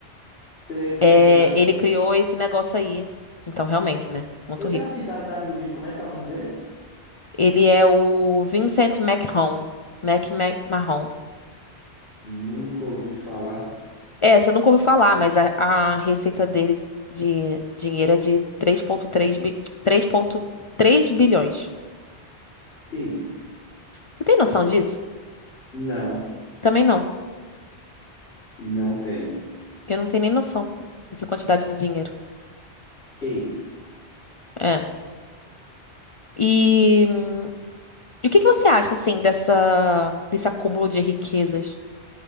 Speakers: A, on the left; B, on the left.
A: Sei, sei,
B: É,
A: sei. da
B: ele criou esse negócio aí. Então, realmente, né? Muito
A: Eu
B: rico.
A: já vi WWE, como é que é o nome dele?
B: Ele é o Vincent McMahon. Mac, Mac, Mahon.
A: Nunca ouvi falar.
B: É, você nunca ouviu falar, mas a, a receita dele de dinheiro é de três vírgula três bi, três vírgula três bilhões.
A: Que isso?
B: Você tem noção disso?
A: Não,
B: Também não.
A: não tem.
B: Eu não tenho nem noção dessa quantidade de dinheiro.
A: Que isso?
B: É. E, hum, e o que que você acha, assim, dessa, desse acúmulo de riquezas